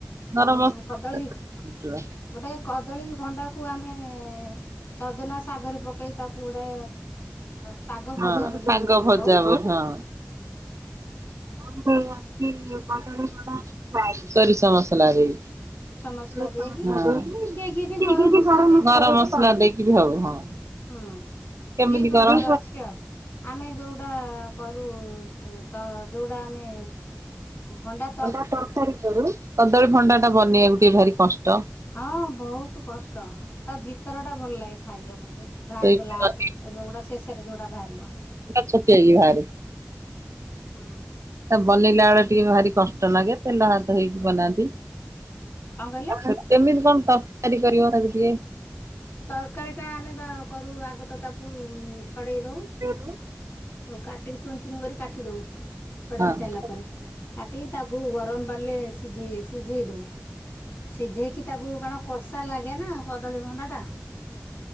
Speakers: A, on the right; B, on the left.
A: ଗରମ
B: ଉଁ କଦଳୀ
A: ମସଲା
B: ଗୋଟେ କଦଳୀ ଭଣ୍ଡାକୁ ଆମେ ସଜନା ଶାଗରେ ପକେଇ ତାକୁ ଗୋଟେ ଶାଗ ଭଜା
A: ହଁ
B: ବୋଲି
A: ଶାଗ
B: ତାକୁ ଆମେ
A: ଭଜାହୁଏ
B: କହୁ
A: ହଁ ଆଉ ଗୋଟେ ଅଛି କଦଳୀ ଭଣ୍ଡା ରାଇ ସୋରିଷ ମସଲା ଦେଇ ସୋରିଷ
B: ମସଲା ଦେଇକି
A: ମସଲା
B: କିଏ କିଏ ବି
A: ଦେଇକି
B: ଗରମ
A: କି
B: ମସଲା
A: ଗରମ
B: ଦେଇ ବି କରନ୍ତି
A: ମସଲା ଦେଇକି ବି ହବ ହଁ।
B: ହୁଁ
A: କେମିତି
B: ଦି ପ୍ରକାର
A: କର?
B: ଅଛି ଆଉ। ଆମେ ଯୋଉଟା କରୁ ତ ଯୋଉଟା ଆମେ ଭଣ୍ଡା
A: ଭଣ୍ଡା ତରକାରି କରୁ, କଦଳୀ ଭଣ୍ଡା ଟା ବନେଇବାକୁ ଟିକେ ଭାରି କଷ୍ଟ।
B: ହଁ ବହୁତୁ କଷ୍ଟ, ତା ଭିତରଟା ଭଲ ଲାଗେ ଖାଇବାକୁ ଯୋଉ ଭାରିବ
A: ସେଇ
B: ଲା ଲାଷ୍ଟକୁ
A: ହଁ
B: ଯୋଉଗୁଡା ଶେଷରେ ଯୋଉଗୁଡା ଭାରିବ।
A: ଛୋଟିଆ କି ବାହାରେ
B: ହୁଁ।
A: ତ ବନେଇଲା ବେଳେ ଟିକେ ଭାରି କ ଷ୍ଟ ଲାଗେ ତେଲ ହାତ ହେଇକି
B: କଣ
A: ବନାନ୍ତି।
B: କହିଲେ?
A: କେମିତି କଣ ତରକାରୀ କରିବ ତାକୁ ଟିକେ?
B: ତରକାରୀଟା ଆମେ ବା କରୁ ଆଗ ତ ତାକୁ ଛଡ଼େଇ ଦେଉ।
A: ସେ <inaudible>
B: ତାକୁ କାଟିକି ଚୁନ୍ ଚୁନ୍ କରି କାଟି ଦଉ। ଛଡେଇ
A: ହଁ।
B: ସାଇଲା ପରେ କାଟିିକି ତାକୁ ଗରମ୍ ପାଣିରେ ସିଝେଇ-ସିଝେଇ ଦଉ। ସିଝେଇକି ତାକୁ କରଣ କଷା ଲାଗେ ନା କଦଳୀ ଭଣ୍ଡାଟା।